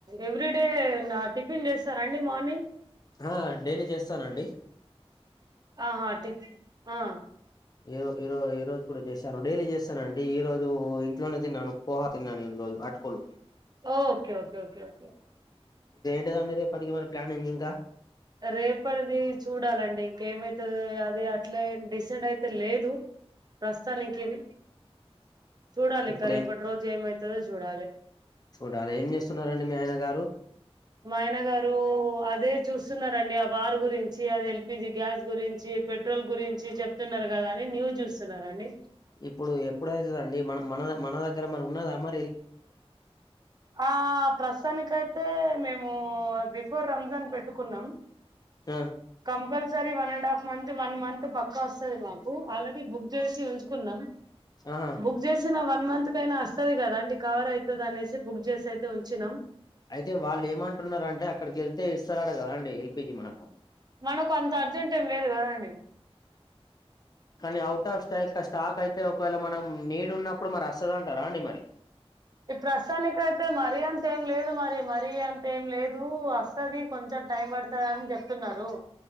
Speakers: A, on the right; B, on the left.
A: every day నా టిఫిన్ చేస్తారండి మార్నింగ్
B: ఆ డై లి చేస్తానండి
A: ఆహా టిప్ ఆ
B: ఈ ఓ ఈ రోజ ఈ రోజు కూడా చేశాను డైలీ చేస్తానుండి ఈ రోజు ఇంట్లోనే తిన్నాను పోహా తిన్నాను ఈ రోజు అటుకులు
A: ఓ ఓకె ఓకె ఓకె
B: ఇదండి రేపటికి మరి ప్లాన్ ఇంకా
A: రేపడిది చూడాలండి ఇంకేమైతుది అది అట్లా ఏం డిసైడ్ అయితే ల్లేదు ప్రస్తుతానికి ఇది చూడాలింక
B: ఇప్పుడేం
A: రేపట్ రోజ్ ఏమ తవె చూడాలె
B: చూడాలి ఏం చేస్తున్నారండి మీ ఆయన గారు
A: మా ఆయన గారు అ అవే చూస్తున్నారు దండి ఆ వారు గురించి అది తె పీజి గ్యాస్ గురించి పెట్రోల్ గురించి చెప్తున్నారు కదా అని న్యూస్ చూస్తున్నారండి
B: ఇప్పుడు ఎప్పుడయితదండి మనం మన మనదగ్గర మరి ఉన్నదా మ
A: ఆ ప్రస్తానికె అయిత అయితే మేమూ త్వర్ రంజాన్ పెట్టుకున్నాం
B: ఆ
A: compulsory one and half month one month పక్కా వస్తది మాకు ఆల్రెడీ బుక్ చేసి ఉంచుకున్నాం
B: ఆహా
A: బుక్ జేసిన వన్ మంత్ కయినా వస్తుది కదా అండి కవర్ అయితది అనేసి బుక్ చేసి అయితే ఉంచినాం
B: అయితే వాళ్ళు ఏమంటున్నారు అంటే అక్కడికి వెళ్తే ఇస్తారట కదా అండి ఎల్పిజీ మనకు
A: మనకు అంత అర్జెంట్ ట మీదు కదండి
B: కానీ ఔట్ ఆఫ్ స్టాక్ స్టాక్ అయితే తే ఒకవేళ మనం నీడు ఉన్నప్పుడు మరి అస్త వస్తాధంటార అండి మరి
A: ఈ ప్రస్తుతానికి అయితే మరీ అంత ఏం లేదు మరి మరీ అంత ఏం లేదు కు వస్తది కొంచెం టైం పడతాది అని చెప్తున్నారు